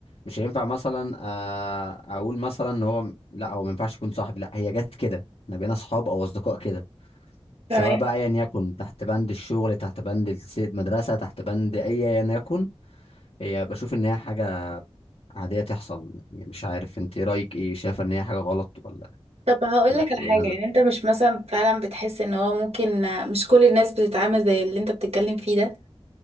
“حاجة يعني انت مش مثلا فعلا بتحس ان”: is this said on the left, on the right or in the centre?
Right